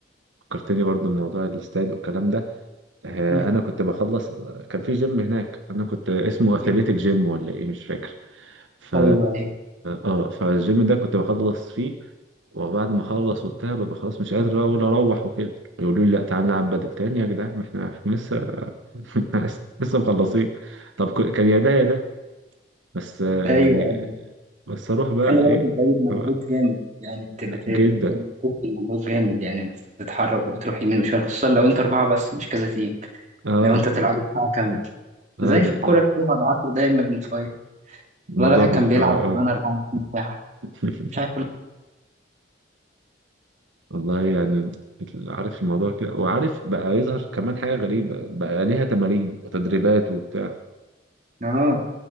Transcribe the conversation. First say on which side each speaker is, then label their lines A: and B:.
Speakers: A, on the right; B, on the right.
A: فكرتني برضو بموضوع الاستاد والكلام ده آه،
B: مم.
A: انا كنت بخلص كان في جيم هناك انا كنت اسمه اثليتيك
B: ايوه
A: جيم ولا ايه مش فاكر ف
B: ايوه ايوه
A: اه فالجيم ده كنت بخلص فيه وبعد ما اخلص وبتاع ببقى خلاص مش قادر بقى اقول اروح وكده يقولوا لي لا تعالى نلعب بدل تاني يا جدعان ما احنا إحنا لسه <laughs> لسه مخلصين طب ك- كان يا ده يا ده بس آه،
B: ايوه
A: يعني
B: ايوه
A: بس اروح بقى
B: خلي
A: ايه
B: بالك البدن مجهود
A: أبقى-
B: جامد يعني بت- بت-
A: جدا
B: بتبذل مجهود جامد يعني بتتحرك وبتروح يمين وشمال خصوصا لو انت اربعه بس مش كذا تيم
A: اه
B: لو انت تلعبوا ساعه كامله
A: اه
B: زي في الكوره
A: ده
B: كده بعد 10 دقايق ما بنتفايق
A: الموضوع
B: والله الواحد
A: بيبقى
B: كان بيلعب
A: آه،
B: زمان 24 ساعه
A: <laughs>
B: مش عارف ال-
A: والله يعني عارف الموضوع كده وعارف بقى يظهر كمان حاجة غريبة بقى ليها تمارين وتدريبات وبتاع
B: اه